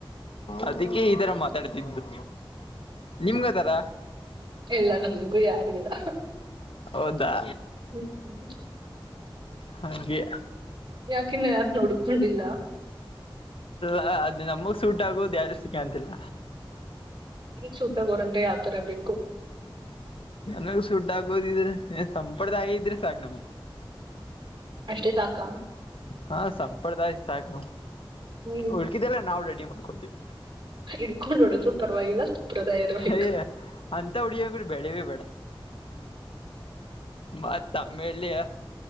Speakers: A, on the left (about 75°); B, on the right (about 60°).
A: ಅದಕ್ಕೆ ಈ ತರ ಮಾತಾಡ್ತಿದ್ದು ನಿಮ್ಗದಾರ
B: ಎಲ್ಲ ನಮ್ಮ ಕೂಡ ಯಾರಗಲ್ಲಾ
A: ಹೌದಾ
B: ಹ್ಮ್ ಹ್ಮ್
A: ಹಂಗೆ
B: ಯಾಕಿನ್ನ ಯಾರನು ಹುಡುಕೊಂಡಿಲ್ಲ
A: ಹ ಅದು ನಮಗ್ ಸೂಟ್ ಆಗುವುದು ಯಾರು ಸಿಗತಿಲ್ಲ
B: ಈ ಚೂಟಗೋರ್ ಅಂದ್ರೆ ಯಾವ್ ತರ ಬೇಕು
A: ನಂಗು ಸೂಟ್ ಆಗೋದಿದ್ರೆ ಸಂಪ್ರದಾಯ ಇದ್ರೆ ಸಾಕ್ ನಮ್
B: ಅಷ್ಟೇ ಸಾಕ
A: ಹಾ ಸಂಪ್ರದಾಯ ಸಾಕು
B: ಹ್ಮ್
A: ಉಳ್ಕಿದೆಲ್ಲ ನಾವು ರೆಡಿ ಮಾಡ್ಕೋತಿವಿ
B: ಹಿಡ್ಕೊಂಡ್ ಹೂಡಿದ್ರು ಪರವಾಗಿಲ್ಲ ಸುಪ್ರದಾಯ ಇರ್ಬೇಕು
A: ಅಯ್ಯ ಅಂತ ಉಡಿಯಂಗರು ಬೇಡವೆ ಬೇಡ ಮತ್ತ್ ಆಮೇಲೆ